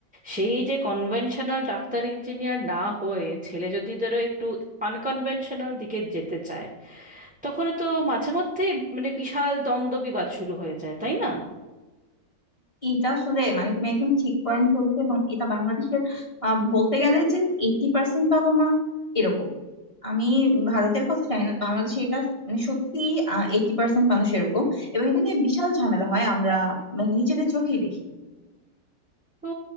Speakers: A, in the centre; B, on the left.
A: সেই যে কনভেনশনাল ডাক্তার ইঞ্জিনিয়ার না হয়ে ছেলে যদি ধরো একটু আনকনভেনশনাল দিকে যেতে চায় তখন তো মাঝে মধ্যেই মানে বিশাল দ্বন্দ্ব বিবাদ শুরু হয়ে যায় তাই না
B: এটা আসলে মানে তুমি একদম ঠিক পয়েন্ট ধরছো এবং এটা বাংলাদেশের আহ, বলতে গেলে যে এইটি পার্সেন্ট বাবা মা এরকম আমি ভারতের কথা জানি না বাংলাদেশে এটা মানে সত্যি এইটি পার্সেন্ট মানুষ এরকম এবং এটা নিয়ে বিশাল ঝামেলা হয় আমরা মানে নিজেদের চোখেই দেখি
A: তো